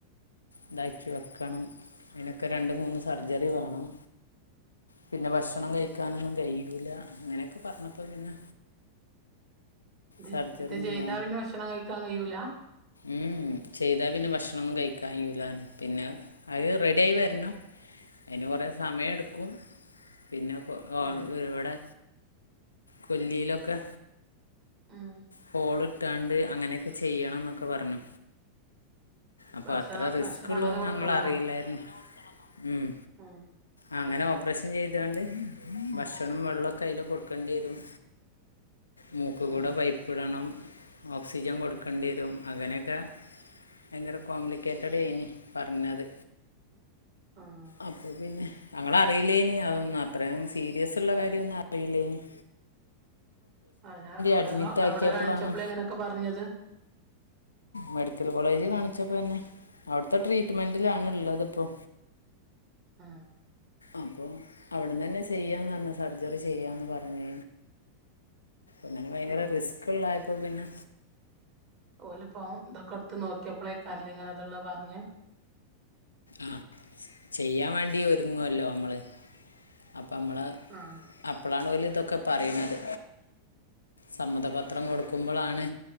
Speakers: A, on the left (about 75°); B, on the right (about 40°).
A: ഇതാക്കി വെക്കണം അതിനൊക്കെ രണ്ട് മൂന്ന് സർജറി വേണം പിന്നെ ഭക്ഷണം കഴിക്കാനൊന്നും കൈയ്യൂല അങ്ങനെയൊക്കെ പറഞ്ഞപ്പ പിന്നെ
B: ഇത്
A: സർജറി
B: ഇത്
A: ഒന്നും
B: ചെയ്ത പിന്നെ ഭക്ഷണം കയിക്കാൻ കഴിയ്യൂല
A: ഊം ഉം ചെയ്താ പിന്നെ ഭക്ഷണൊന്നും കഴിക്കാൻ കഴിയൂല പിന്നെ അഹ് റെഡി ആയി വരണം അയിന് കുറേ സമയെടുക്കും പിന്നെ കൊ ആഹ്
B: ഉം
A: ഇവിടെ കൊല്ലിയിലൊക്കെ
B: ഉം
A: ഹോളിട്ടാണ്ട് അങ്ങനെയൊക്കെ ചെയ്യണം എന്നൊക്കെ പറഞ്ഞു അപ്പൊ
B: ഭക്ഷണം
A: അത്ര റിസ്ക്
B: ഭക്ഷണം
A: ഉള്ള
B: അങ്ങനെ
A: ഒന്നും
B: കൊടുക്കണെന്നോ
A: ഞങ്ങളറിയില്ലായിരുന്നു ഉം
B: ആഹ്
A: അങ്ങനെ ഓപ്പറേഷൻ ചെയ്താണ്ട് ഭക്ഷണം, വെള്ളക്കെ അയ്ൽ കൊടുക്കേണ്ടി വരും
B: <inaudible>
A: മൂക്ക്
B: ഉം
A: കൂടെ പൈപ്പ്ടണം ഓക്സിജൻ കൊടുക്കേണ്ടി വരും അങ്ങനെയൊക്കെ ഭയങ്കര കോംപ്ലിക്കേറ്റടയ്നിം പറഞ്ഞത്
B: ആഹ്
A: അപ്പൊ പിന്നെ ഞങ്ങളറിയില്ലേന് അതൊന്നും അത്രയും സീരിയസള്ള കാര്യന്നും അറിയില്ലേനിം
B: അല്ല എവിടെ
A: അഡ്മിറ്റ്
B: എവിടെ
A: ആക്കിയപ്പോഴാണ്
B: കാണിച്ചപ്പള ഇങ്ങനെയൊക്കെ പറഞ്ഞത്
A: മെഡിക്കൽ കോളേജ് കാണിച്ചപ്പോന്നെ അവിടുത്തെ ട്രീറ്റ്മെന്റിലാണ്ള്ളത്പ്പോ
B: ആഹ്
A: അപ്പം അവിടന്ന്ന്നെ ചെയ്യാന്ന് പറഞ് സർജറി ചെയ്യാന്ന് പറഞ് അങ്ങനെ ഭയങ്കര
B: ഉം
A: റിസ്ക്ള്ളായപ്പോ പിന്നെ
B: ഓലിപ്പോ ഇതൊക്കെ എടുത്ത് നോക്കിയപ്പോളേക്കല്ല് ഇങ്ങനെതുള്ളത് പറഞ്ഞെ
A: ആ ചെയ്യാൻ വേണ്ടി ഒരുങ്ങുവല്ലോ നമ്മള് അപ്പംമ്മള്
B: ആഹ്
A: അപ്പോളാണ് ഓല് ഇതൊക്കെ പറയുന്നത് സമ്മതപത്രം കൊടുക്കുമ്പോളാണ്